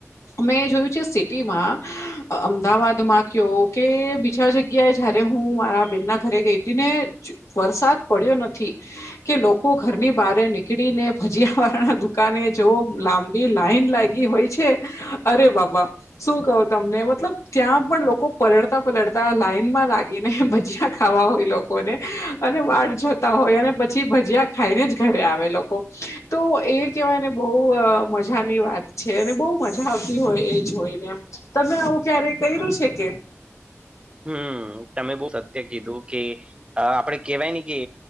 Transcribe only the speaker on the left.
મેં જોયું છે સિટીમાં અમદાવાદમાં કયો કે બીજા જગ્યાએ જયારે હું મારા બેન ના ઘરે ગઈ હતી ને વરસાદ પડ્યો નથી. કે લોકો ઘરની બહાર નીકળી ને ભજીયા વાળા ના દુકાને જોવો લાં એ લાઈન લાગી હોય છે અરે બાબા. શું કહો તમને મતલબ ત્યાં પણ લોકો પરલળતા પલળતા લાઈન માં લાગીને ભજીયા ખાવા હોય લોકોને અને વાટ જોતા હોય અને પછી ભજીયા ખાઈને જ ઘરે આવે લોકો. તો એ કેહેવાય ને બહુ મજાની વાત છે અને બહુ મજા આવતી હોય એજ હોયને તમે આવું ક્યારે કર્યું છે કે?